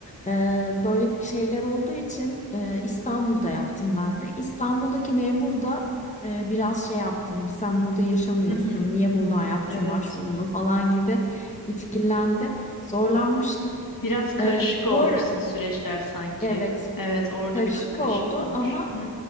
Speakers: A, on the left (about 20°); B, on the left (about 60°).
A: Ee, böyle şeyler olduğu için e, İstanbul'da yaptım ben de. İstanbul'daki memur da e, biraz şey yaptı. Hani sen burada yaşamıyorsun,
B: Hı hı,
A: niye buradan yaptın
B: evet.
A: başvurunu falan gibi itkilendi. Zorlanmıştım.
B: Biraz karışık
A: Ee,
B: olmuşsun
A: bu ara,
B: süreçler sanki.
A: evet
B: Evet, orada
A: karışık
B: biraz karışık
A: oldu
B: olmuş.
A: ama
B: Hı hı.